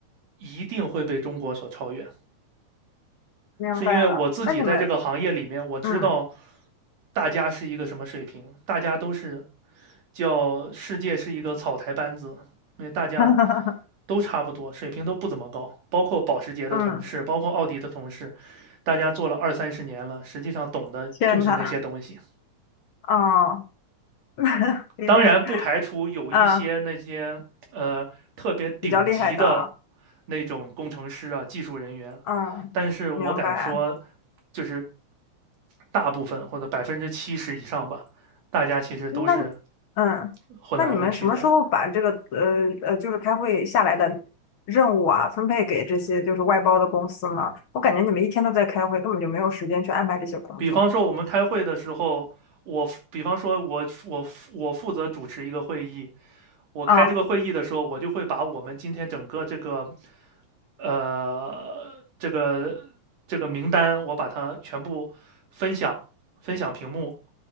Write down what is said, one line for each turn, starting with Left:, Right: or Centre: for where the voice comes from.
Right: 一定会被中国所超越？
Left: 明白了。
Right: 是因为我自己在这个行业里面，
Left: 那你们，
Right: 我知道
Left: 嗯
Right: 大家是一个什么水平，大家都是叫世界是一个草台班子，因为大家
Left: <laughs>
Right: 都差不多，水平都不怎么高，包括保时捷的同事，
Left: 嗯，
Right: 包括奥迪的同事，大家做了二三十年了，实际上懂的就是那些东西。
Left: 天呐，哦，<laughs> 厉害，
Right: 当然不排除有一些那些呃特别顶级的
Left: 啊，比较厉害的啊，
Right: 那种工程师啊、技术人员，
Left: 嗯，
Right: 但是我敢说，
Left: 明白。
Right: 就是大部分或者百分之七十以上吧，大家其实都是
Left: 那你嗯，
Right: 混来混去的。
Left: 那你们什么时候把这个呃呃，就是开会下来的任务啊，分配给这些就是外包的公司呢？我感觉你们一天都在开会，根本就没有时间去安排这些工作。
Right: 比方说我们开会的时候，我比方说我我我负责主持一个会议，我开这个会议的时候，
Left: 嗯，
Right: 我就会把我们今天整个这个，呃，这个这个名单，我把它全部分享分享屏幕，